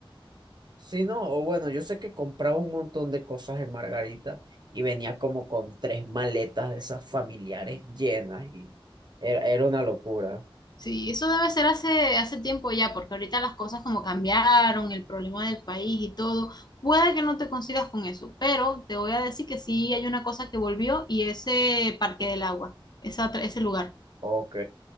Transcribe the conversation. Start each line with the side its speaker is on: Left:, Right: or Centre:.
Right: Sí, no, o bueno, yo sé que compraba un montón de cosas en Margarita y venía como con tres maletas de esas familiares llenas y era, era una locura.
Left: Sí, eso debe ser hace, hace tiempo ya, porque ahorita las cosas como cambiaron, el problema del país y todo, puede que no te consigas con eso, pero te voy a decir que sí hay una cosa que volvió y ese Parque del Agua, esa otra- ese lugar.
Right: Ok,